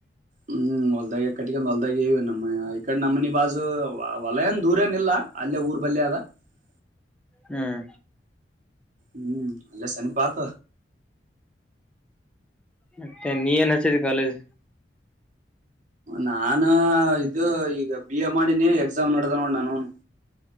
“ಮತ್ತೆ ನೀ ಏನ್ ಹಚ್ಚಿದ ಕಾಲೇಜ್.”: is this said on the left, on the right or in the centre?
Centre